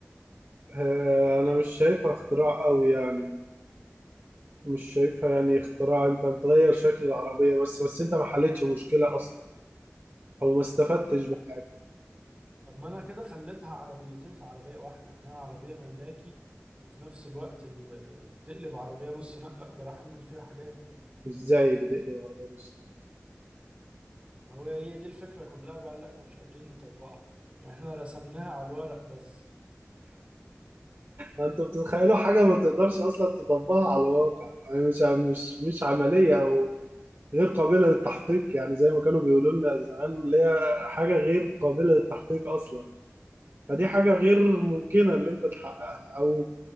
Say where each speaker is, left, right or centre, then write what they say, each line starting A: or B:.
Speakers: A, on the right (about 50°); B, on the right (about 25°).
A: آه، انا مش شايفها اختراع قوي يعني مش شايفها يعني اختراع انت بتغير شكل العربيه بس بس انت ما حلتش مشكله اصلا او ما استفدتش بقى
B: طب ما انا كده خليتها عربيتين في عربية واحدة انها عربية ملاكي وفي نفس الوقت ال- بتقلب عربية نص نقل اقدر احمل فيها حاجات
A: ازاي بتقلب عربيه نص نقل؟
B: هو هي دي الفكرة كلها بقى اللي احنا مش قادرين نطبقها يعني احنا رسمناها على الورق بس
A: انت بتتخيلوا حاجه ما تقدرش اصلا تطبقها على الواقع يعني مش مش مش عمليه غير قابلة للتحقيق يعني زي ما كانوا بيقولوا لنا زمان اللي هي حاجة غير قابلة للتحقيق أصلا فدي حاجة غير ممكنة اللي أنت تحققها أو